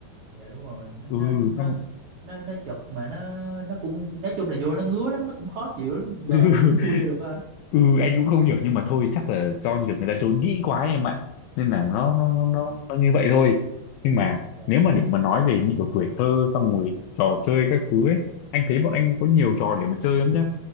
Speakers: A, on the right; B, on the left.
A: dạ đúng rồi
B: ừ
A: nó nó
B: xong
A: nó nó chật mà nó nó cũng nói chung là vô nó ngứa lắm nó cũng khó chịu lắm mà
B: <laughs>
A: vẫn chui vô được á anh
B: ừ anh cũng không hiểu nhưng mà thôi chắc là do nhiều người ta trốn kỹ quá em ạ nên là nó
A: Ừ,
B: nó nó nó, nó như vậy thôi nhưng mà
A: dạ
B: nếu mà để mà nói về như kiểu tuổi thơ xong rồi trò chơi các thứ ấy anh thấy bọn anh có nhiều trò để mà chơi lắm nhá